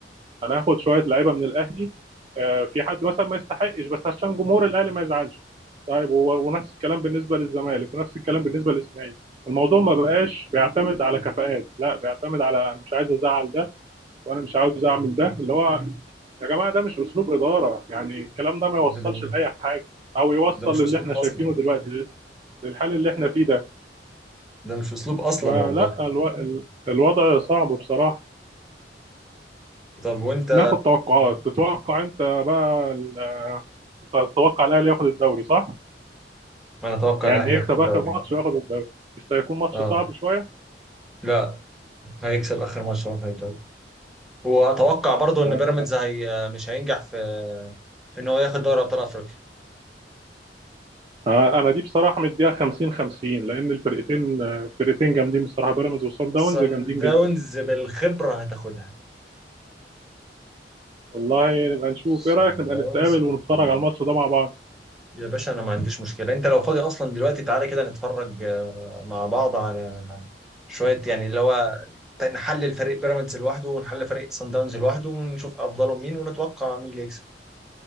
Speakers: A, on the right; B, in the centre.
A: انا هاخد شويه لعيبه من الاهلي آه، في حد مثلا ما يستحقش بس عشان جمهور الاهلي ما يزعلش طيب و- ونفس الكلام بالنسبه للزمالك ونفس الكلام بالنسبه للاسماعيلي الموضوع ما بقاش بيعتمد على كفاءات لا بيعتمد على انا مش عايز ازعل ده وانا مش عاوز اعمل ده اللي هو يا جماعه ده مش اسلوب اداره يعني الكلام ده ما
B: ده
A: يوصلش لاي حاجه او يوصل
B: ده مش اسلوب
A: للي احنا
B: اصلا
A: شايفينه دلوقتي للحال اللي احنا فيه ده
B: ده مش اسلوب اصلا
A: فلا
B: والله
A: الو... ال- الوضع صعب بصراحه
B: طب وانت
A: ناخد توقعات تتوقع انت بقى ال- آه، انت تتوقع الاهلي ياخد الدوري صح؟
B: انا اتوقع
A: يعني
B: الاهلي
A: يكسب
B: ياخد الدوري
A: اخر ماتش وياخد الدوري مش ده هيكون ماتش
B: اه
A: صعب شويه؟
B: لا هيكسب اخر ماتش هو هيتوب واتوقع برضو ان
A: ده
B: بيراميدز هي مش هينجح في في ان هو ياخد دوري ابطال افريقيا
A: آه، انا دي بصراحه مديها 50 50 لان الفرقتين آه، الفرقتين جامدين بصراحه بيراميدز وصن داونز
B: سان
A: جامدين
B: داونز
A: جدا
B: بالخبره هتاخدها
A: والله نبقى نشوف
B: سان
A: ايه رايك نبقى
B: داونز
A: نتقابل ونتفرج على الماتش ده مع بعض
B: يا باشا انا ما عنديش مشكله انت لو فاضي اصلا دلوقتي تعالى كده نتفرج آه، مع بعض على شويه يعني اللي هو نحلل فريق بيراميدز لوحده ونحلل فريق سان داونز لوحده ونشوف افضلهم مين ونتوقع مين اللي يكسب